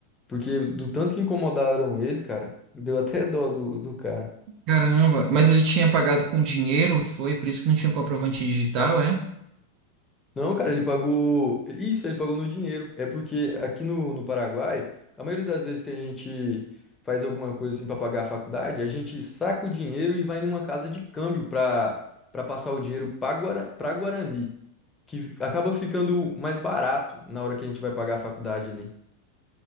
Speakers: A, on the left (about 15°); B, on the right (about 35°).
A: Porque do tanto que incomodaram ele, cara, deu até dó do, do cara.
B: Caramba, mas ele tinha pagado com dinheiro, foi por isso que não tinha comprovante digital, é?
A: Não, cara, ele pagou. Isso, ele pagou no dinheiro. É porque aqui no, no Paraguai, a maioria das vezes que a gente faz alguma coisa assim pra pagar a faculdade, a gente saca o dinheiro e vai numa casa de câmbio pra, pra passar o dinheiro pra, Guara, pra Guarani, que acaba ficando mais barato na hora que a gente vai pagar a faculdade ali.